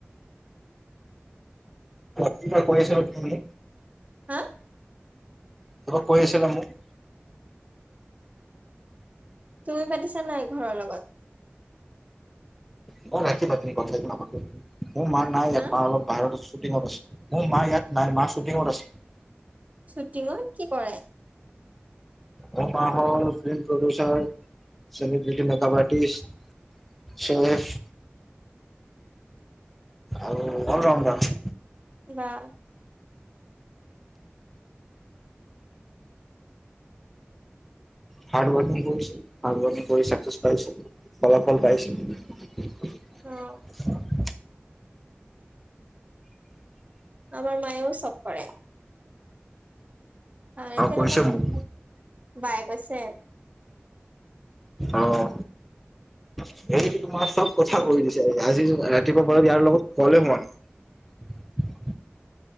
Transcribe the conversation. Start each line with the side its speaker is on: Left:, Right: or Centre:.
Centre: কি আছিলা তুমি
Right: হা <inaudible>
Centre: কিবা কৈ আছিলা মোক <inaudible>
Right: তুমি পাতিছা নাই ঘৰৰ লগত
Centre: ম ৰাখি পাতিনি কথাাই কি নাপাতি মোৰ মা নাই এয়াট
Right: হা
Centre: বাহিৰত অ মোৰ মা ইয়াত নাই মা শ্বুটিঙত আছে
Right: শ্বুটিঙৰ কি কৰায়-
Centre: মোৰ মা হল film producer celebrity makeup artist chef আৰু অল ৰাওডাৰ
Right: বা
Centre: হাৰ্ ৱকিং কৰিছিল হাৰ্ড ৱকিং কৰি চাকছ পাইছে <inaudible> ফলাফল পাইছে <inaudible>
Right: অ আমাৰ মায়ে চব পাৰে অ
Centre: আৰু
Right: তেনেকুৱা
Centre: কৈছে
Right: <unintelligible>
Centre: মোক
Right: বায়েক কৈছে
Centre: অ', সেই তোমাৰ চব কথা কৈ দিছে, আজি ৰাতিপুৱা পৰা ইয়াৰ লগত ক'লে হোৱা নাই।